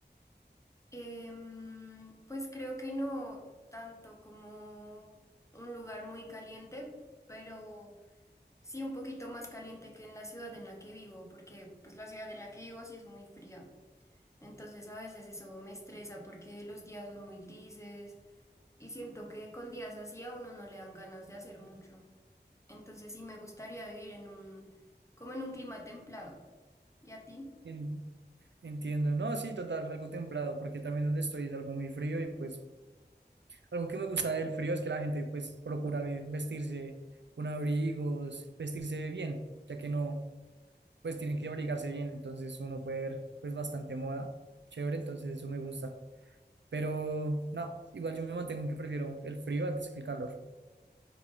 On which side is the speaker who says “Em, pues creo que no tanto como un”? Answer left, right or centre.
Left